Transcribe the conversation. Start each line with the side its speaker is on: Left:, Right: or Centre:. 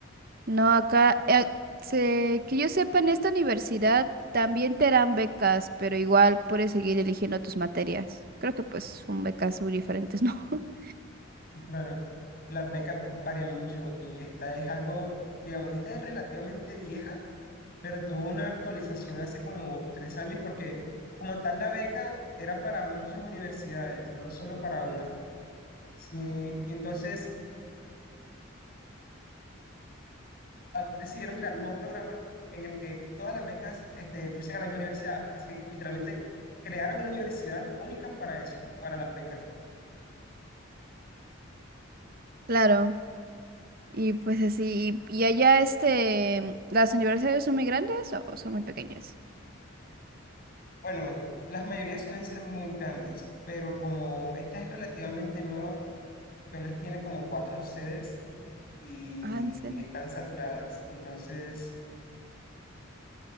Right: No, acá, eh, se- que yo sepa, en esta universidad también te dan becas, pero igual puedes seguir eligiendo tus materias. Creo que pues son becas muy diferentes, ¿no? <laughs>
Left: Y Claro, las becas varían mucho y esta es algo, digamos, esta es relativamente vieja, pero tuvo una actualización hace como tres años porque como tal la beca era para muchas universidades, no solo para una. Sí, entonces... decidieron crear un nuevo programa en el que todas las becas este, fuesen a la misma universidad. Así que literalmente crearon una universidad única para eso, para las becas.
Right: Claro, y pues así, y, y allá este, ¿las universidades son muy grandes o son muy pequeñas?
Left: Bueno, las mayorías suelen ser muy grandes, pero como esta es relativamente nueva, apenas tiene como cuatro sedes y
Right: Ah, en serio.
Left: están saturadas. Entonces